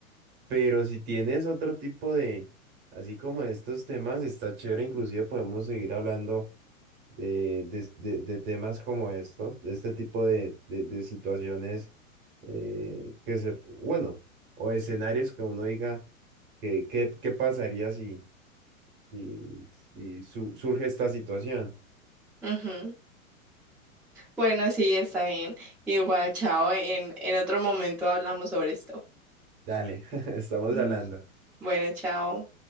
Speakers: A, on the right; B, in the centre.
A: pero si tienes otro tipo de, así como de estos temas, está chévere. Inclusive podemos seguir hablando de, de, de- de temas como estos, de este tipo de, de, de situaciones eh, que se, bueno, o escenarios que uno diga que, qué qué pasaría si, si, si su- surge esta situación.
B: Ujú. Bueno, sí, está bien. Igual, chao. En, en otro momento hablamos sobre esto.
A: Dale, <laughs> estamos
B: Ujú.
A: hablando.
B: Bueno, chao.